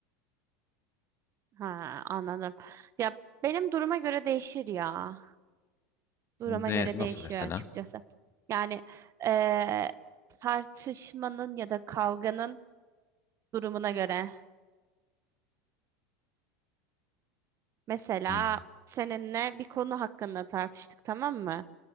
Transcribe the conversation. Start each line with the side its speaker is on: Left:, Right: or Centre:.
Right: Ha, anladım. Ya benim duruma göre değişir ya. Duruma
Left: Ne
Right: göre
Left: nasıl
Right: değişiyor
Left: mesela?
Right: açıkçası. Yani eee, tartışmanın ya da kavganın durumuna göre. Mesela
Left: Hmm,
Right: seninle bir konu hakkında tartıştık tamam mı?